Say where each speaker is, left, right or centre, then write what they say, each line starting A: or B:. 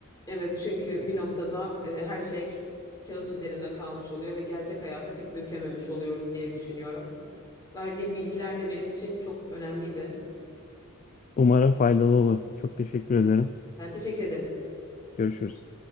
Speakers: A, on the left; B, on the left.
A: Evet, çünkü bir noktada e, her şey kağıt üzerinde kalmış oluyor ve gerçek hayata pek dökememiş oluyoruz diye düşünüyorum. Verdiğim bilgiler de benim için çok önemliydi.
B: Umarım faydalı olur. Çok teşekkür ederim.
A: Ben teşekkür ederim.
B: Görüşürüz.